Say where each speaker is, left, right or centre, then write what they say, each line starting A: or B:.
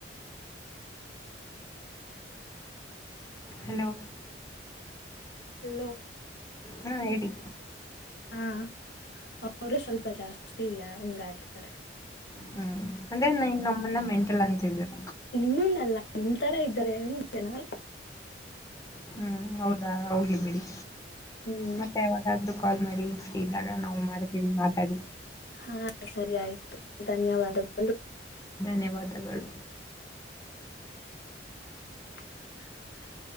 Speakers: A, on the left; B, on the left.
A: ಹಲೋ.
B: ಹಲೋ.
A: ಹಾ ಹೇಳಿ.
B: ಹಾ ಅವರೇ ಸ್ವಲ್ಪ ಜಾಸ್ತಿ ಇಲ್ಲ ಹಂಗಾ ಆಡ್ತಾರೆ.
A: ಹ್ಮ್ ಅಂದ್ರೆ ನೀವ ನಮ್ಮನ್ನ ಮೆಂಟಲ್ ಅಂತಿದೀರ.
B: ನಿಮ್ಮನ ಅಲ್ಲ ನಿಮ್ಮ ತರ ಇದ್ದರೆ ಅಂದೇ ನಾನ.
A: ಹ್ಮ್ ಹೌದಾ ಹೋಗಲಿ ಬಿಡಿ
B: ಹ್ಮ್
A: ಮತ್ತೆ ಯಾವಾಗಾದ್ರೂ ಕಾಲ್ ಮಾಡಿ. ಫ್ರೀ ಇದ್ದಾಗ ನಾವು ಮಾಡ್ತೀವಿ ಮಾತಾಡಿ.
B: ಹಾ ಸರಿ ಆಯ್ತು ಧನ್ಯವಾದಗಳು.
A: ಧನ್ಯವಾದಗಳು.
B: <inaudible>